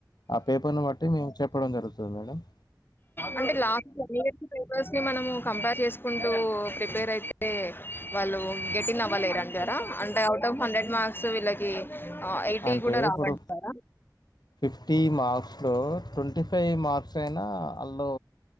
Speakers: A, on the left; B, on the left.
A: ఆ పేపర్ ను బట్టి మేము చెప్పడం జరుగుతది మేడమ్
B: అంటే లాస్ట్ వన్ ఇయర్స్ పేపర్స్ ని మనం కంపేర్ చేసుకుంటూ ప్రిపేర్ అయిత్ తే వాళ్ళు గెట్ ఇన్ అవ్వలేరంటార అంటే అవుట్ ఆఫ్ హండ్రెడ్ మర్క్స్ వీళ్లకి ఆ ఎయిటీ
A: అంటే
B: కూడ రావంటారా
A: ఇప్పుడు ఫిఫ్టీ మార్క్స్ లో ట్వెంటీఫైవ్ మార్క్స్ అయినా హల్లో